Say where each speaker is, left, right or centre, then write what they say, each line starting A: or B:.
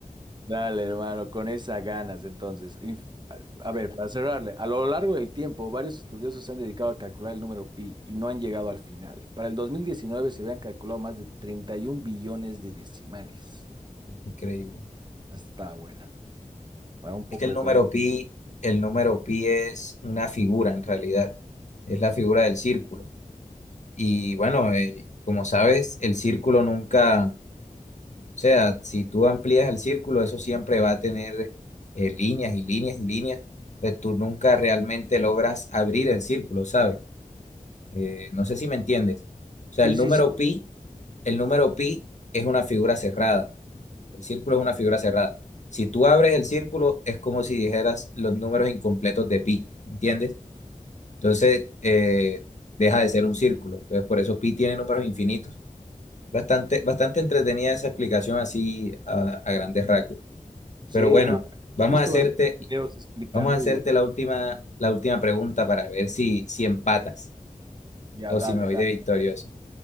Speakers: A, on the right; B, on the left.
A: Dale, hermano, con esas ganas, entonces. Inf- A a ver, para cerrarle, a lo largo del tiempo, varios estudiosos se han dedicado a calcular el número pi y no han llegado al final. Para el 2019 se habían calculado más de 31 billones de decimales.
B: Increíble.
A: Está buena, para un poco
B: Es que el
A: de
B: número
A: economía.
B: pi, el número pi es una figura en realidad, es la figura del círculo. Y bueno, eh, como sabes, el círculo nunca, o sea, si tú amplías el círculo, eso siempre va a tener eh, líneas y líneas y líneas, pues tú nunca realmente logras abrir el círculo, ¿sabes? Eh, no sé si me entiendes. O sea,
A: Sí,
B: el
A: sí,
B: número
A: sí,
B: pi, el número pi es una figura cerrada. El círculo es una figura cerrada. Si tú abres el círculo, es como si dijeras los números incompletos de pi, ¿entiendes? Entonces, eh, deja de ser un círculo. Entonces, por eso pi tiene números infinitos. Bastante, bastante entretenida esa explicación así a, a grandes rasgos.
A: sí,
B: Pero bueno,
A: no.
B: vamos
A: He visto
B: a hacerte,
A: bastantes videos explicando
B: vamos a hacerte
A: y es-
B: la última, la última pregunta para ver si, si empatas
A: ya,
B: o
A: dale,
B: si me voy
A: dale.
B: de victorioso.